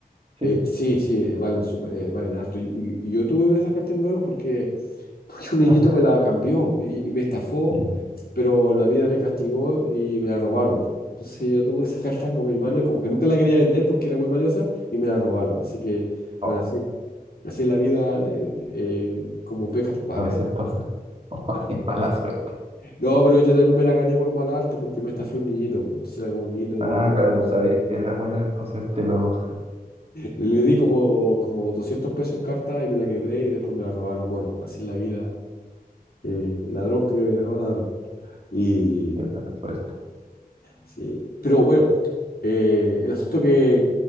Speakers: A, on the right; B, on the left.
A: Sí.
B: Eh,
A: po.
B: sí, sí, eh, valen, sup- eh, valen harto. Y, y- y yo tuve una de esas cartas en mis manos porque, <laughs> porque un niñito
A: <laughs>
B: me la cambió y, y me estafó,
A: Bien.
B: pero la vida me castigó y me la robaron. Entonces yo tuve esa <laughs> carta como mi mano y como que nunca la quería vender porque era muy valiosa y me la robaron. Así que, bueno,
A: Oh,
B: así, así es la vida, eh, eh, como pecas pagas.
A: a veces pasa. Oh,
B: <laughs>
A: <laughs> es mala suerte.
B: No, pero yo también me la gané por mal arte porque me estafé un niñito. po. Entonces era como un niñito de...
A: Ah, claro, tú sabías que era buena, entonces te lo...
B: Le di como, como 200 pesos en carta y me la quedé y después me la robaron. Bueno, así es la vida. eh, ladrón que roba ladrón. Y,
A: Qué mala suerte.
B: sí, pero bueno, eh, el asunto que,